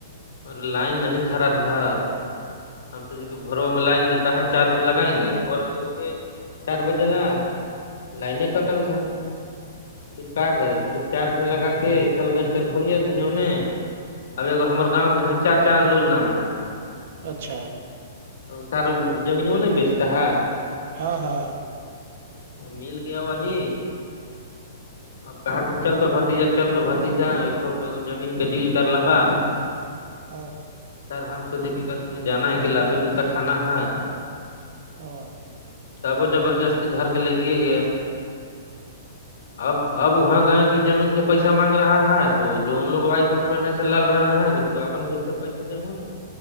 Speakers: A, on the left (about 75°); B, on the right (about 55°).
A: ارے لائن نہیں تھا راات بار ہم سو کہ بھرو میں لائن دیتے چارج میں لگائیں گے بور میں اٹھے چار بجے لاا لائنے کٹل تھا پھر کیا کریں پھر چارج میں لگا کے چل گئے چل تھڑی دنونے ابگ ہمار گاؤں کے چاچا ان لوج نام ہے
B: اچھا
A: سارا زمین وہ نہیں بیچتا ہے
B: ہاں ہاں
A: مل گیا وہی اب کہا کہ چل تو بھتیجا چل تو بھتیجا زمین کا ڈیل کر لبا
B: ہاں
A: سر ہم سوچے کہ سنگے جانا ہے کہ لادو جوتا کھانا ہے
B: ہاں
A: سب و زبردستی دھر کے لگیے گیا اب اب وہاں گنی تئی زمین کے پیسہ مانگ رہا ہے تو جو ان لوگ وائ فس ای سے لڑ رہے ہیں کہ تو اپن بھیھر سے پیسے دے ہوں